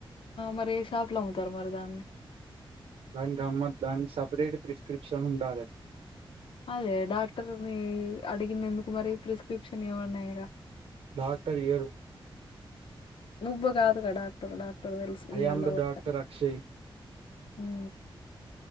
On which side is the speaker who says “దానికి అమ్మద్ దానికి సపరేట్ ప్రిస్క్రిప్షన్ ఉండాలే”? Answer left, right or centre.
Right